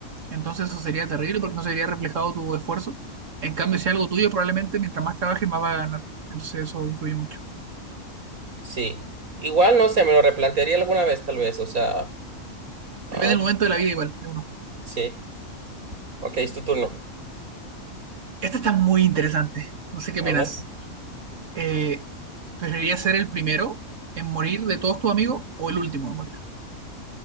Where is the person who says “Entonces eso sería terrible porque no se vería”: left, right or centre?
Right